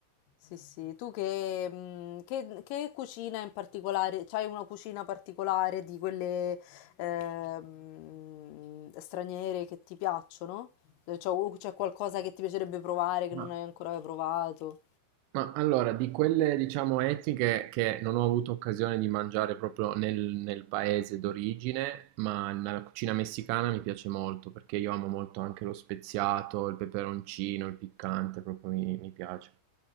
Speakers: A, on the left; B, on the right.
A: Sì, sì. Tu che, mm, che- che cucina in particolare? C'hai una cucina particolare di quelle ehm, straniere che ti piacciono? Eh, cioè, o c'è qualcosa che ti piacerebbe provare che
B: Ma,
A: non hai ancora provato?
B: ma allora, di quelle diciamo etniche che non ho avuto occasione di mangiare proprio nel, nel paese d'origine, ma nella cucina messicana mi piace molto perché io amo molto anche lo speziato, il peperoncino, il piccante, proprio mi, mi piace.